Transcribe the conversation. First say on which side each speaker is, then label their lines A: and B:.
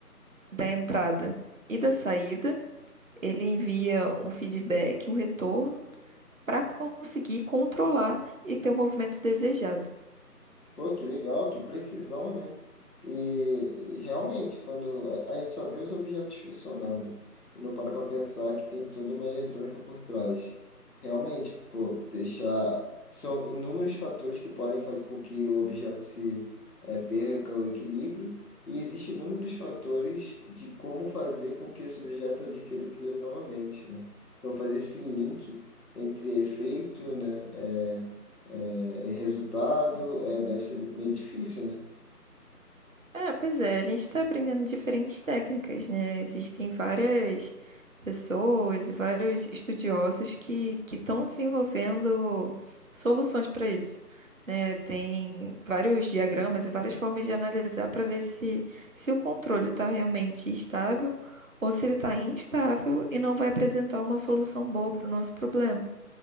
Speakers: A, on the right; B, on the left.
A: da entrada e da saída, ele envia um feedback, um retorno, para conseguir controlar e ter o movimento desejado.
B: Pô, que legal, que precisão, né? E, e realmente, quando a, a gente só vê os objetos funcionando e não para para pensar que tem toda uma eletrônica por trás. Realmente, pô, deixar. São inúmeros fatores que podem fazer com que o objeto se eh, perca o equilíbrio, e existem inúmeros fatores de como fazer com que esse objeto adquira o equilíbrio novamente, né? Então, fazer esse link entre efeito, né? eh, é, e resultado é, deve ser meio difícil, né?
A: Ah, pois é, a gente está aprendendo diferentes técnicas, né? Existem várias pessoas e vários estudiosos que que estão desenvolvendo soluções para isso, né? Tem vários diagramas e várias formas de analisar para ver se, se o controle está realmente estável ou se ele está instável e não vai apresentar uma solução boa para o nosso problema.